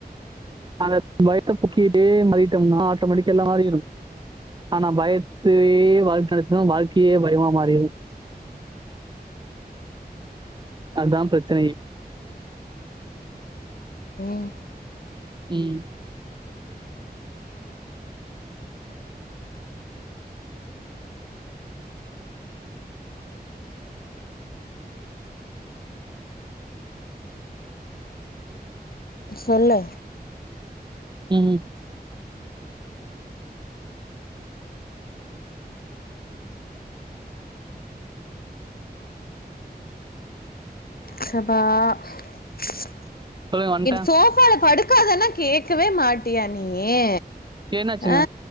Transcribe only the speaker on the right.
அந்த பயத்த புக்கிட்டே மதிட்டோம்னா ஆட்டோமேட்டிக்கா எல்லா ஆறிரு ஆனா பயத்துவே வாழ்க்கை <unintelligible> வாழ்க்கையே பயமா மாறிரு அதா பிரச்சனையே.
ம்
ம்
சொல்லுங்க வந்துட்டேன்.
என்னாச்சுங்க?